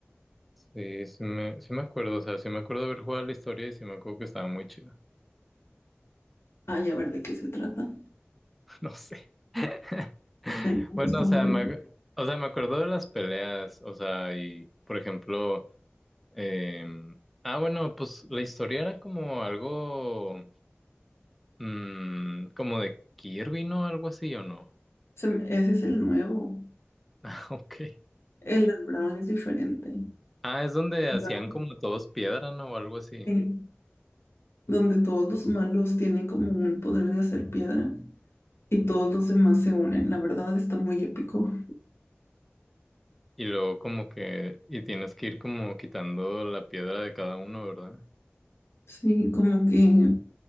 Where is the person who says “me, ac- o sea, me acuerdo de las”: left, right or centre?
Centre